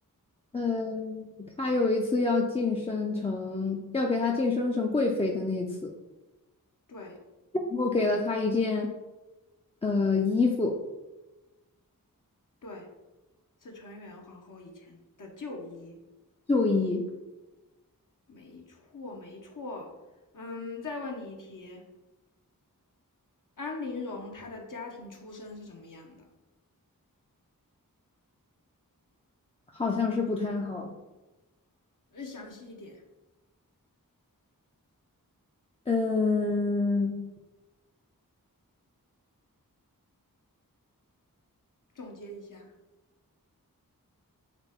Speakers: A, on the left (about 15°); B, on the left (about 60°).
A: 呃，他有一次要晋升成，要给他晋升成贵妃的那一次，
B: 对
A: 然后给了他一件呃衣服，
B: 对，是纯元皇后以前的旧衣。
A: 旧衣，
B: 没错，没错。嗯，再问你一题，安陵容她的家庭出身是什么样的？
A: 好像是不太好。
B: 呃详细一点，
A: 嗯，
B: 总结一下。